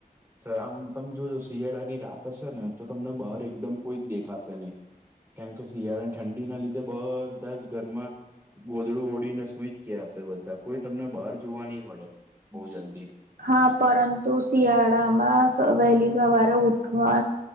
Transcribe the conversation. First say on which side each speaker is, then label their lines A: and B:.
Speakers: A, on the right; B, on the right.
A: સર આમ તમે જોજો શિયાળા ની રાત હશે ને તો તમને બહાર એકદમ કોઈ જ દેખાશે નહી. કેમ કે શિયાળા અને ઠંડીના લીધે બધા જ ગરમા ગોદડું ઓળીને સુઈચ કેયાશે બધા કોઈ તમને બહાર જોવા નહી પડે બહુ જલ્દી..
B: હા પરંતુ શિયાળામાં વહેલી સવારે ઉઠવા